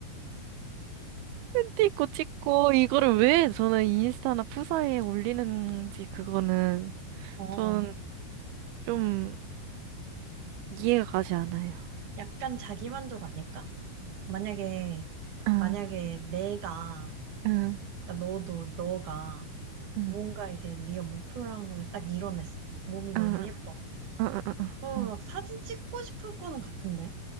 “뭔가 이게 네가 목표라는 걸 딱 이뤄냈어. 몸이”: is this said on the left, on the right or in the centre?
Right